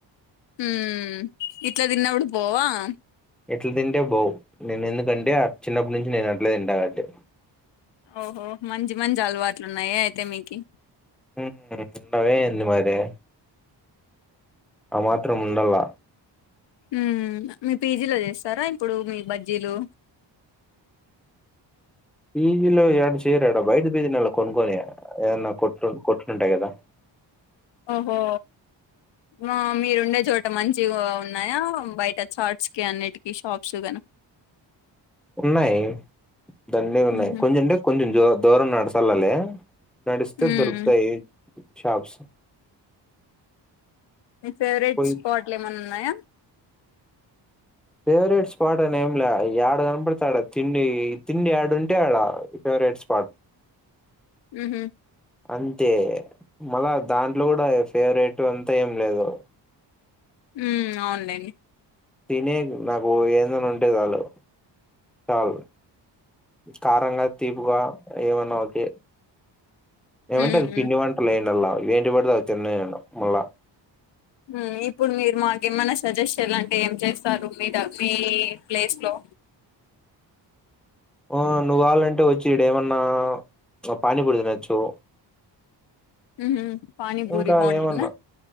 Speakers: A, on the left; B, in the centre.
A: ఉమ్ ఇట్లదిన్నా గూడ బోవన్
B: ఇట్ల తింటే బావు నేను ఎందుకంటే ఆ చిన్నప్పటి నుంచి నేను అట్లే తింటా కాబట్టి
A: ఓహో మంచి మంచి అలవాట్లు ఉన్నాయే అయితే మీకి
B: ఊమ్ ఉండద ఏంది మరి ఆ మాత్రం ఉండాల్ల
A: ఊమ్ మీ పీ జీలో చేస్తారా ఇప్పుడు మీ బజ్జీలు
B: పీ జీ లో ఏడ చేయర్ ఈడ బయట్ కి పొయ్ థీనలా కొనుక్కొని ఏదన కొట్టున్ కొట్లున్టాయ్ గదా
A: ఓహో ఆ మీరుండే చోట మంచిగా ఉన్నాయా బయట చార్ట్స్ కి అన్నిటికీ షాప్స్ గని
B: ఉన్నాయి దండిగున్నాయి
A: ఉహు
B: కొంచెం అంటే కొంచెం జో దూరం నడ్సెల్లాలి నడుస్తే
A: ఉమ్
B: దొరుకుతాయి షాప్స్
A: మీ ఫేవరెట్
B: పోయి
A: స్పాట్లు ఏమైన్నున్నాయా
B: ఫేవరెట్ స్పాట్ అని ఏం లే యాడ కనపడతా డా తిండి తిండి ఏడు ఉంటే ఆడ ఫేవరెట్ స్పాట్
A: ఉమ్ హ్
B: అంతే మల్ళ దాంట్లో గూడ ఎ ఫేవరేట్ అంతా ఏం లేదు
A: ఉమ్ అవునులేండి
B: తినేకి నాకు ఎందన్న ఉంటే చాలు చాలు కారంగ తీపుగా ఏమన్న ఒకె ఏమంటే
A: ఉమ్
B: అది పిండి
A: ఉమ్
B: వంటలు ఏందల్లా ఏంటికి పడితె అది తిన్నె తినను మళ్ళా
A: ఉమ్ ఇప్పుడు మీరు మాకు ఏమన్నా సజెస్ట్ చెయాలంటే ఏం చేస్తారు మీ ద మీ ప్లేస్ లో
B: ఆ నువ్వు గావాలంటే వచ్చి ఇడేమన్నా పానీ పురీ తినచ్చు
A: ఉహు పానీపూరి
B: ఇంక
A: బాగుంటుందా
B: ఏమన్నా